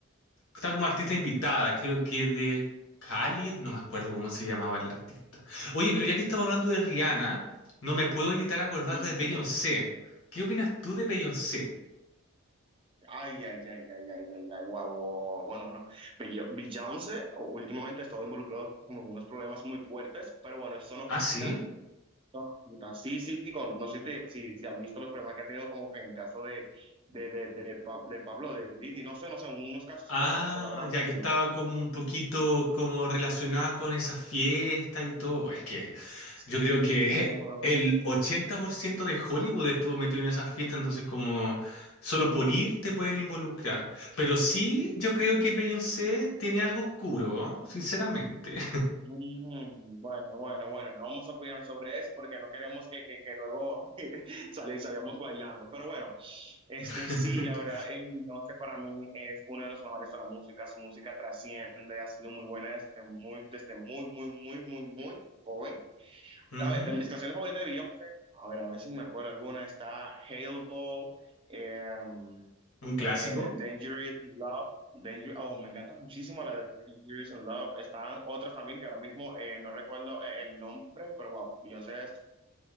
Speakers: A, on the left; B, on the right.
A: Está como artista invitada, creo que de Khalid, no me acuerdo cómo se llamaba el artista. Oye, pero ya que estamos hablando de Rihanna, no me puedo evitar acordar
B: Ujú.
A: de Beyoncé. ¿Qué opinas tú de Beyoncé?
B: Ay, ay, ay, ay, ay, ay, ay, ay, guau, guau, guau, Bueno, bueno, Bill- Bill Jones, eh, últimamente ha estado involucrado como con unos problemas muy fuertes, pero bueno, eso nos
A: Ah,
B: quita,
A: sí.
B: eso nos quita. Sí, sí, con- no sé si, te- si, si has visto los problemas que ha tenido como que en el caso de, de, de, de, Pa- de Pablo, de Didi, no sé, no sé, unos casos
A: Ah,
B: fuertes, pero la verdad,
A: ya
B: bueno,
A: que estaba
B: no.
A: como un poquito como relacionada con esa fiesta y todo. Es que
B: Sí,
A: yo creo que
B: bueno,
A: <laughs> el,
B: pero
A: el 80% de Hollywood estuvo metido en esa fiesta, entonces como solo por ir te pueden involucrar. Pero sí, yo creo que Beyoncé tiene algo oscuro, ¿no? Sinceramente.
B: mm, bueno, bueno, bueno, no vamos a opinar sobre eso porque no queremos que, que, que luego <laughs> salir, salgamos bailando, pero bueno. Este,
A: <laughs>
B: sí, la verdad, eh, Beyoncé para mí es uno de los mejores de la música. Su música trasciende, ha sido muy buena desde muy, desde muy, muy, muy, muy, muy joven.
A: Ujú,
B: A ver, de mis canciones favoritas de Beyoncé, a ver, a ver si me acuerdo alguna, está Halo, em,
A: Un clásico.
B: eh, Dangerous in Love, Danger- oh, me encanta muchísimo la de Dangerous in Love. Están otras también que ahora mismo eh, no recuerdo eh, el nombre, pero wow, Beyoncé es